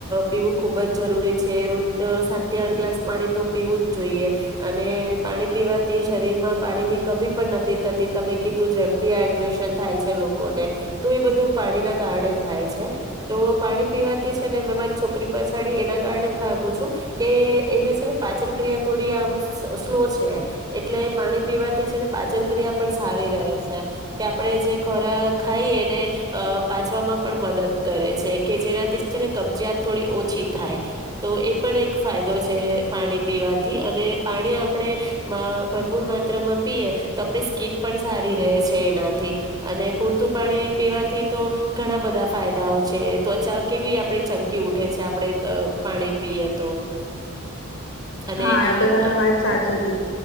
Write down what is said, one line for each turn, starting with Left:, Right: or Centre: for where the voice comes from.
Right: પીવું ખુબ જ જરૂરી છે રોજ સાત થી આઠ ગ્લાસ પાણી તો પીવું જ જોઈએ અ અને પાણી પીવાથી શરીર માં પાણીની કમી પણ નથી થતી તમે કીધું જેમ. ડીહાડ્રેશન થાય છે લોકોને તો એ બધું પાણીના કારણે જ થાય છે તો પાણી પી વા ને મે મારી છોકરી પછાડી એના કારણે જ ભાગું છું કે એને છે ને પાચન ક્રિયા થોડી ક્રિયામ સ્લો છે એટલે પાણી પીવાથી છેને પાચન ક્રિયા પણ સારી રહે છે. કે આપરે જે ખોરાક ખાઈએ ને અ પાચવામાં પણ મદદ કરે છેકે જેને કબજીયાત થોડી ઓછી થાય તો એ પણ એક ફાયદો છે પાણી પીવાથી અને પાણી આપડે અ ભરપૂર માત્રામાં પીએ તો આપણી સ્કીન પણ સારી રહે છે. એનાથી અને પૂરતું પાણી પીવાથી તો ઘણાં બધાં ફાયદાઓ છે ત્વચા કેવી આપરી ચમકી ઉઠે છે આપડે પાણી પીએ તો. અને
Left: હા એતો તમે
Right: અ
Left: વાત સાચી કી